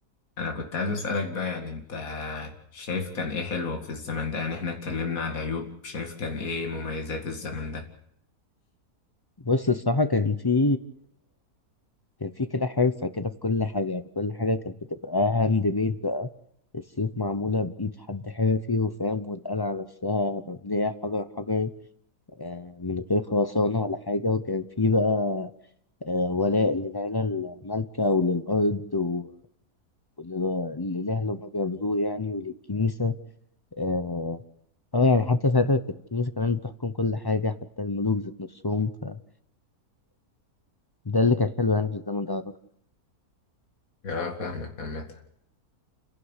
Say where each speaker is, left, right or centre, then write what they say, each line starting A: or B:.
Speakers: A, on the left (about 65°); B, on the left (about 25°).
A: انا كنت عايز اسالك بقى يعني انت شايف كان ايه حلو في الزمن ده يعني احنا اتكلمنا على عيوب شايف كان ايه مميزات الزمن ده
B: بص الصراحه كان في كان في كده حرفه كده في كل حاجه يعني كل حاجه كانت بتبقى هاند ميد بقى السيوف معموله بايد حد حرفي وفاهم والقلعه نفسها مبنيه حجر حجر آه، من غير خرسانه ولا حاجه وكان في بقى آه، ولاء للعيله المالكه وللارض و- ولل- للإله اللي هما بيعبدوه يعني وللكنيسة اه آه، يعني حتى ساعتها كانت الكنيسة كمان بتحكم كل حاجة حتى الملوك ذات نفسهم فده اللي كان حلو يعني في الزمن ده أعتقد
A: اه فاهمك عامة